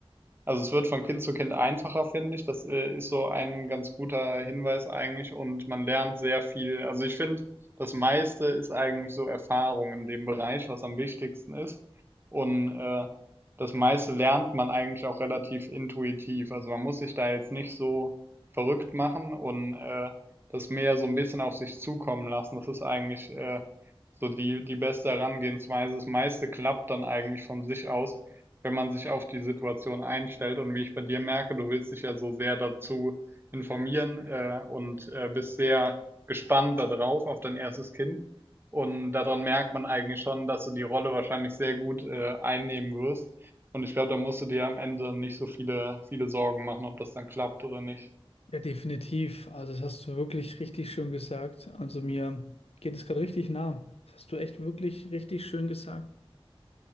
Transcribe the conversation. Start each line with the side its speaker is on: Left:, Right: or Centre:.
Right: Also es wird von Kind zu Kind einfacher, finde ich. Das äh, ist so ein ganz guter Hinweis eigentlich und man lernt sehr viel. Also ich finde, das meiste ist eigentlich so Erfahrung in dem Bereich, was am wichtigsten ist. Und äh, das meiste lernt man eigentlich auch relativ intuitiv. Also man muss sich da jetzt nicht so verrückt machen und äh, das mehr so ein bisschen auf sich zukommen lassen. Das ist eigentlich äh, so die, die beste Herangehensweise. Das meiste klappt dann eigentlich von sich aus wenn man sich auf die Situation einstellt. Und wie ich bei dir merke, du willst dich ja so sehr dazu informieren äh, und äh, bist sehr gespannt darauf, auf dein erstes Kind. Und daran merkt man eigentlich schon, dass du die Rolle wahrscheinlich sehr gut äh, einnehmen wirst. Und ich glaube, da musst du dir am Ende nicht so viele, viele Sorgen machen, ob das dann klappt oder nicht.
Left: Ja, definitiv. Also das hast du wirklich richtig schön gesagt. Also mir geht es gerade richtig nah. Das hast du echt wirklich richtig schön gesagt.